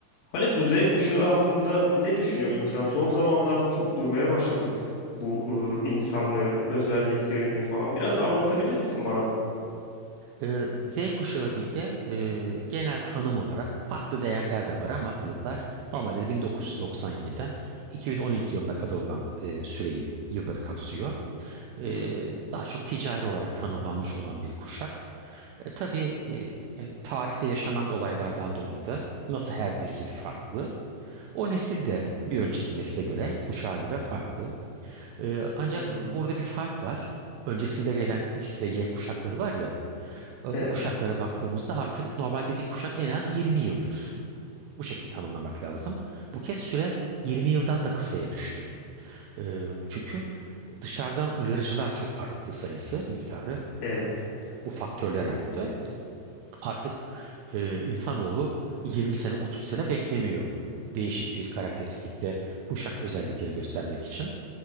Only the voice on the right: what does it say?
Ee, Z kuşağı Bilge e, genel tanım olarak farklı değerler de var ama yıllar normalde de 1997'den 2012 yılına kadar olan e, süreyi yılları kapsıyor. Ee,
daha çok ticari olarak tanımlanmış olan bir kuşak. E, tabii e, yani tarihte yaşanan olaylardan dolayı da nasıl her nesil farklı. O nesil de bir önceki nesle göre, kuşağa göre farklı. Ee, ancak
burada bir fark var. Öncesinde gelen X ve Y kuşakları var ya, e,
Bu kuşaklara baktığımızda artık normalde bir kuşak en az 20 yıldır. Bu şekilde tanımlamak lazım. Bu kez süre 20 yıldan da kısaya düştü. E, Çünkü dışarıdan uyarıcılar çok arttı sayısı, miktarı.
Bu faktörler
arttı. Artık e, insanoğlu 20 sene, 30 sene beklemiyor. Değişik bir karakteristikte kuşak özellikleri göstermek için.